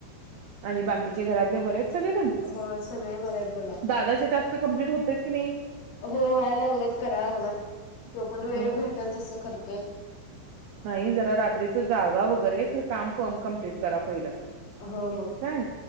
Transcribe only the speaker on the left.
होय सगळे बरे आहेत बघा
हो व्हायला लागलत करायला लागला तो पण
वेळ भेटेल तस करतोय
हो हो